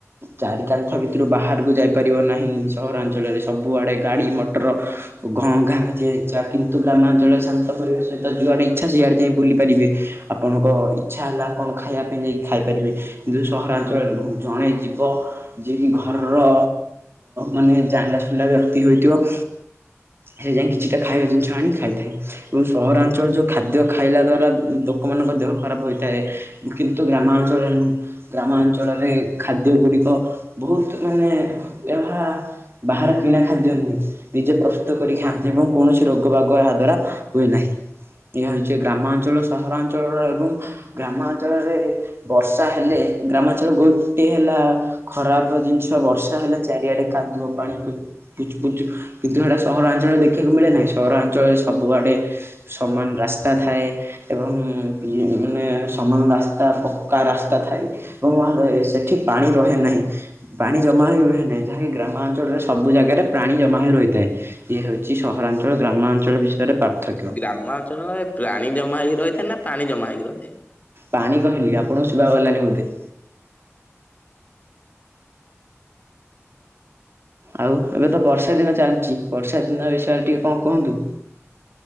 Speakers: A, on the right; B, on the left.
A: ଚାରି କାନ୍ଥ ଭିତରୁ ବାହାରକୁ ଯାଇପାରିବ ନାହିଁ ସହରାଞ୍ଚଳରେ ସବୁଆଡ଼େ ଗାଡ଼ି ମଟର ଘ ଘାଁ ଚେ ଚାଁ କିନ୍ତୁ ଗ୍ରାମାଞ୍ଚଳରେ ଶାନ୍ତ ପରିବେଶ ସହିତ ଯୁଆଡ଼େ ଇଚ୍ଛା ସେଇଆଡ ଯାଇଁ ବୁଲିପାରିବେ ଆପଣକ ଇଚ୍ଛା ହେଲା କଣ ଖାଇବା ପାଇଁ ଯାଇକି ଖାଇପାରିବେ। କିନ୍ତୁ ସହରାଞ୍ଚଳରେ ନୁହଁ ଜଣେ ଯିବ ଯିଏକି ଘରର ମାନେ ଜାଣିଲା ଶୁଣିଲା ବ୍ୟକ୍ତି ହୋଇଥିବ। ସେ ଯାଇ କିଛିଟା ଖାଇବା ଜିନିଷ ଆଣି ଖାଇଥାଏ ଏବଂ ସହରାଞ୍ଚଳରେ ଯେଉଁ ଖାଦ୍ୟ ଖା ଖାଇଲା ଦ୍ୱାରା ଲୋକମାନଙ୍କ ଦେହ ଖରାପ ହୋଇଥାଏ କିନ୍ତୁ ଗ୍ରାମାଞ୍ଚଳରେ ନୁହଁ। ଗ୍ରାମାଞ୍ଚଳରେ ଖାଦ୍ୟ ଗୁଡିକ ବହୁତ ମାନେ ଏହା ବାହାର କିଣା ଖାଦ୍ୟ ନୁହେଁ। ନିଜେ ପ୍ରସ୍ତୁତ କରି ଖାଆନ୍ତି ଏବଂ କୌଣସି ରୋଗ ବାଗ ଏହାଦ୍ୱାରା ହୁଏ ନାହିଁ ଏହା ହଉଛି ଏକ ଗ୍ରାମାଞ୍ଚଳ ସହରାଞ୍ଚଳର ଏବଂ ଗ୍ରାମାଞ୍ଚଳରେ ବର୍ଷା ହେଲେ ଗ୍ରାମାଞ୍ଚଳ ଗୋଟେଏ ହେଲା ଖରାପ ଜିନିଷ ବର୍ଷା ହେଲେ ଚାରିଆଡେ କାଦୁଅ ପାଣି ପି ପୁଚୁ ପୁଚୁ କିନ୍ତୁ ସେଇଟା ସହରାଞ୍ଚଳରେ ଦେଖିବାକୁ ମିଳେ ନାହିଁ ସହରାଞ୍ଚଳରେ ସବୁଆଡ଼େ। ସମାନ ରାସ୍ତା ରାସ୍ତା ଥାଏ ଏବଂ ମାନେ ସମାନ ରାସ୍ତା ପକ୍କା ରାସ୍ତା ଥାଏ। ଏବଂ ଆହେ ସେଠି ପାଣି ରହେ ନାହିଁ। ବାଣି ଜମା ହୋଇ ରୁହେ ନାହିଁ ଯାହାକି ଗ୍ରାମାଞ୍ଚଳରେ ସବୁ ଜାଗାରେ ପ୍ରାଣି ଜମା ହୋଇ ରହିଥାଏ। ଇଏ ହେଉଛି ସହରାଞ୍ଚଳ ଗ୍ରାମାଞ୍ଚଳ ବିଷୟରେ ପାର୍ଥକ୍ୟ।
B: ଗ୍ରାମାଞ୍ଚଳଏ ପ୍ରାଣି ଜମା ହେକି ରହିଥାଏ ନା ପାଣି ଜମା ହେଇକି ରହିଥାଏ?
A: ପାଣି କହିଲି ଆପଣଙ୍କୁ ସୁବା ଗଲାନି ବୋଧେ। ଆଉ ଏବେ ତ ବର୍ଷା ଦିନ ଚାଲିଛି ବର୍ଷା ଦିନ ବିଷୟରେ ଟିକେ କଣ କୁହନ୍ତୁ?